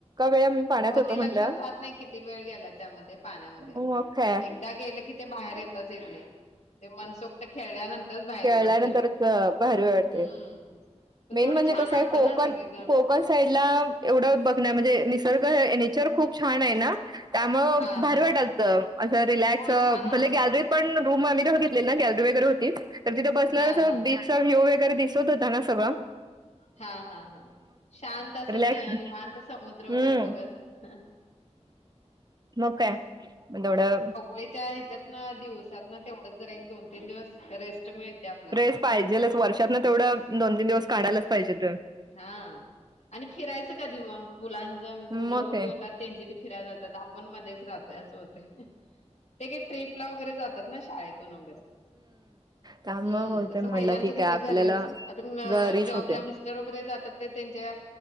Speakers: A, on the right; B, on the left.
A: वेळ आम्ही पाण्यात
B: हो
A: होतो
B: ते
A: म्हटलं
B: लक्षात राहत नाही किती वेळ गेला त्यामध्ये पाण्यामध्ये
A: मग काय
B: एक दा गेलं की ते बाहेर येतातचं येतं नाही ते मनसोक्त ते खेळल्यानंतरच बाहेर
A: खेळल्यानंतरच
B: येऊ वाटतं
A: भारी वाटते
B: हम्म. पण
A: मेन
B: तेवढं
A: म्हणजे
B: छान
A: कसं
B: वाटतं
A: आहे कोकण
B: ना सगळेजण
A: कोकण साईड ला एवढं बघनं म्हणजे निसर्ग नेचर खूप छान आहे ना. त्यामुळे
B: हा
A: भारी
B: हा
A: वाटत असत अस रिलॅक्स
B: होय छान वाटतं
A: भले गॅलरीत
B: ते.
A: पण रूम आम्ही तसच घेतलेल ना गॅलरीवगैरे होती तर तिथं बसल्या
B: हा हा
A: बीच चा व्ह्यू वगैरे दिसत होता ना सगळं तर
B: हा हा हा शांत असं
A: रिलॅक्स
B: नि निवांत समुद्र
A: हम्म
B: वगैरे बघत हा.
A: म काय म तेवढं
B: ळीच्या ह्याच्यात ना दिवसात ना तेवढं जर एक दोन तीन दिवस रेस्ट मिळत्या
A: रेस्ट पाहिजेलच वर्षात न तेवढं दोन तीन दिवस काढायच पाहिजे ते
B: हा आणि फिरायचं कधी मग मुलांच मुलं
A: मग
B: मोठे
A: काय
B: होतात त्यांची ते फिरायला जातात आपण मध्येच राहतोय असं होते ते काय ट्रीप ला वगैरे जातात ना शाळेतून वगैरे हम्म
A: त्यामुळं होते
B: तस
A: म्हटलं
B: महिलांच
A: ठीक
B: कस
A: आहे आपल्याला
B: घरीच च
A: घरीच
B: जॉब
A: होते
B: ला मिस्टर वगैरे जातात ते त्यांच्या